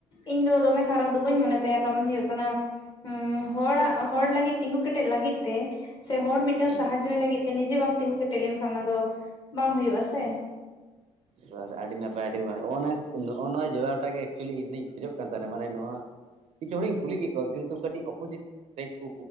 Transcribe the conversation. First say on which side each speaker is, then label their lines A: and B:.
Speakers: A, on the left; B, on the right.
A: ᱤᱧ ᱫᱚ ᱫᱚᱢᱮ ᱠᱷᱟᱨᱟᱯ ᱫᱚ ᱵᱟᱹᱧ ᱢᱚᱱᱮ ᱛᱟᱭᱟ ᱠᱟᱨᱚᱱ ᱦᱩᱭᱩᱜ ᱠᱟᱱᱟ᱾ ᱩᱸ ᱦᱚᱲᱟᱜ ᱦᱚᱲ ᱞᱟᱹᱜᱤᱫ ᱛᱤᱸᱜᱩ ᱠᱮᱴᱮᱡ ᱞᱟᱹᱜᱤᱫ ᱛᱮ ᱥᱮ ᱦᱚᱲ ᱢᱤᱫᱴᱮᱝ
B: ᱦᱩᱸ
A: ᱥᱟᱦᱟᱡᱡᱚᱭ ᱞᱟᱹᱜᱤᱫ ᱛᱮ ᱱᱤᱡᱮ ᱵᱟᱢ ᱛᱤᱸᱜᱩ ᱠᱮᱴᱮᱡ ᱞᱮᱱᱠᱷᱟᱱ ᱚᱱᱟ ᱫᱚ ᱵᱟᱝ ᱦᱩᱭᱩᱜᱼᱟ ᱥᱮ᱾
B: ᱡᱚᱦᱟ ᱜᱮ ᱹᱰᱤ ᱱᱟᱯᱟᱭ ᱟᱹᱰᱤ ᱢᱟ ᱚᱼᱚᱱᱟᱜ ᱱᱚᱜᱼᱚ ᱱᱚᱣᱟ ᱡᱚᱵᱟᱵ ᱴᱟᱜ ᱜᱮ ᱮᱠᱪᱩᱭᱮᱞᱤ ᱤᱧ ᱫᱩᱧ ᱠᱷᱚᱡᱚᱜ ᱠᱟᱱ ᱛᱟᱸᱦᱮᱱᱟ ᱢᱟᱱᱮ ᱱᱚᱣᱟ ᱠᱤᱪᱷᱩ ᱦᱚᱲᱤᱧ ᱠᱩᱞᱤ ᱠᱮᱜ ᱠᱚᱣᱟ ᱠᱤᱱᱛᱩ ᱠᱟᱹᱴᱤᱡ ᱚᱯᱚᱡᱤᱴ ᱴᱟᱭᱤᱯ ᱠᱚ